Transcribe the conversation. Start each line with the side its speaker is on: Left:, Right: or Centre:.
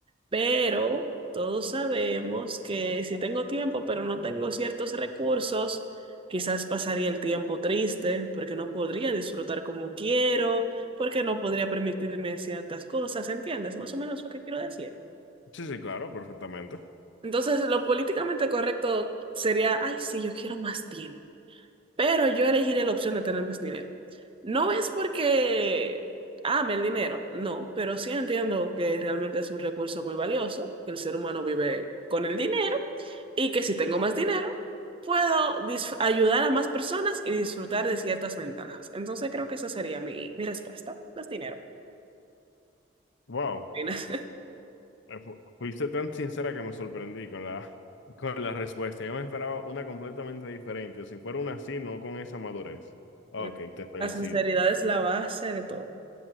Right: pero todos sabemos que si tengo tiempo, pero no tengo ciertos recursos, quizás pasaría el tiempo triste, porque no podría disfrutar como quiero, porque no podría permitirme ciertas cosas, ¿entiendes? Más o menos lo que quiero decir.
Left: Sí, sí, claro, perfectamente.
Right: Entonces, lo políticamente correcto sería, ay, sí, yo quiero más tiempo. Pero yo elegiré la opción de tener más dinero. No es porque ame el dinero, no, pero sí entiendo que realmente es un recurso muy valioso, que el ser humano vive con el dinero y que si tengo más dinero, puedo dis- ayudar a más personas y disfrutar de ciertas ventajas. Entonces creo que esa sería mi, mi respuesta, más dinero.
Left: Wow.
Right: Fines.
Left: Eh, fu- Fuiste tan sincera que me sorprendí con la, <laughs> con la respuesta. Yo me esperaba una completamente diferente. Si fuera una así, no con esa madurez. Ah,
Right: <laughs>
Left: Ok, te felicito.
Right: La sinceridad es la base de todo.